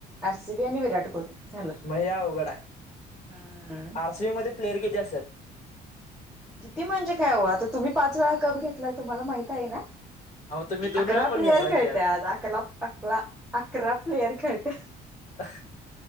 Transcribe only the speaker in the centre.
आर सी बी आणि विराट कोहली झालं.
हम्म.
किती म्हणजे काय हो आता तुम्ही पाच वेळा कप घेतलाय तुम्हाला माहित आहे ना.
अकरा
प्लेयर
खेळत्यात
अकला अकला अकरा प्लेयर खेळते.